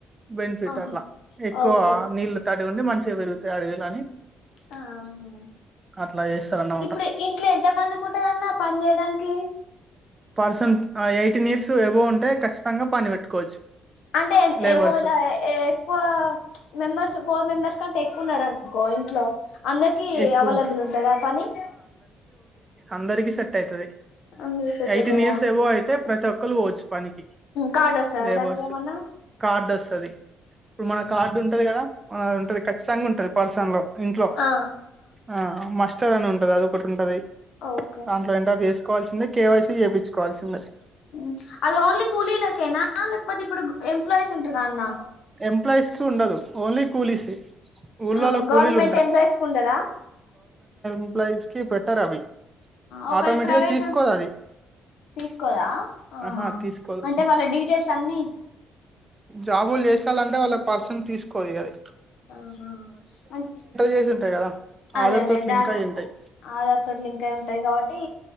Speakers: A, on the right (about 25°); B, on the left (about 80°).
A: బెనిఫిట్లా
B: ఆహా
A: అట్లా ఎక్కువ
B: ఓకే
A: నీళ్ళ తడిగి ఉడి మంచిగా పెరుగుతయి అడివలు అని
B: ఆహా
A: అట్లా చేస్తారన్నమాట
B: ఇప్పుడు ఇంట్లో ఎంత మందికి ఉంటంద అన్న పనియడానికి
A: పర్సన్ ఎయిటీన్ ఇయర్స్ ఎబో ఉంటే ఖచ్చితంగా పని పెట్టుకోవచ్చు
B: అంటే
A: లేబర్స్
B: ఒకవేళ ఎక్కువ మెంబెర్స్ ఫోర్ మెంబెర్స్ కంటే ఎక్కువన్నారుర అనుకో ఇంట్ల అందరికి
A: ఎక్కువ
B: అవైలబుల్ ఉంటుందా పని
A: అందరికి సెట్ అవుతది
B: అందరు సెట్
A: యిటీన్
B: అవుతుందా
A: ఇయర్స్ అబౌవ్ అయితే ప్రతక్ క్ల్వోచ్ పనికి
B: కార్డు వస్తదా
A: లేబర్స్
B: దానికి ఏమన్నా
A: కార్డ్ వస్తుంది ఇప్పుడు మన కార్డు ఉంటది కదా మన ఉంటది ఖచ్చితంగా ఉంటది పల్సన్ లో ఇంట్ల
B: ఆ
A: ఆ మస్టర్ అని ఉంటది అది ఒకటి ఉంటది
B: ఓకే
A: దాంట్లో ఏంటర్ చేసుకోవాల్సిందేయ్ కేవైసీ చేపించుకోవాల్సిందేయ్
B: హ్మ్ అది ఓన్లీ కూలీలకే నా లేకపోతి ఇప్పుడుగు ఎంప్లాయిస్ అంటగా అన్నా
A: ఎంప్లాయిస్ కి ఉండదు ఓన్లీ కూలీస్ ఊళ్ళలో
B: హ్మ్
A: కూలీలు
B: గవర్నమెంట్ ఎంప్లాయీస్ కు ఉండదా
A: ఎంప్లాయిస్ కి బెటర్ అవి
B: ఒకవేళ
A: ఆటోమేటిక్
B: ప్రైవేట్
A: గా తీసుకోదు అది
B: తీస్కోదా ఆహ
A: ఆహా తీసుకోదు
B: అంటే వాళ్ళ డీటెయిల్స్ అన్ని
A: జాబుల్ చేస్ చాల అంటే వాళ్ళకి పర్సన్ తీసుకోదు కదా
B: ఆహ అంటే
A: చేసి ఉంటాయి కదా
B: అదే
A: ఆధార్
B: అదే
A: తోటి లింక్
B: డేటా
A: అయి ఉంటాయి
B: ఆధార్ తోటి లింక్ అయి ఉంటాయి కాబట్టి